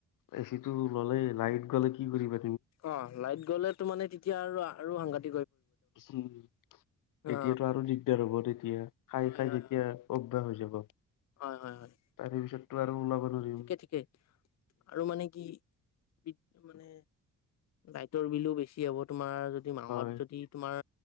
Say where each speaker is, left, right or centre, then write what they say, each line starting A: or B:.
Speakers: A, on the left; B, on the left.
A: এ চি টো ল'লেই লাইট গ'লে কি কৰিবা
B: অ লাইট গ'লে মানে তেতিয়া আৰু সাংঘাত
A: তেতিয়াতো
B: অ
A: আৰু দিগদাৰ হ'ব তেতিয়া খাই
B: হয়
A: খাই
B: হয়
A: তেতিয়া
B: হয়
A: <unintelligible> হৈ যাব
B: হয় হয় হয়
A: তাৰে পিছততো আৰু ওলাব নোৱাৰিম।
B: ঠিকে, ঠিকে আৰু মানে কি বিদ মানে লাইটৰ বিলোঁ বেছি হ'ব তোমাৰ যদি মাহত
A: হয়
B: যদি তোমাৰ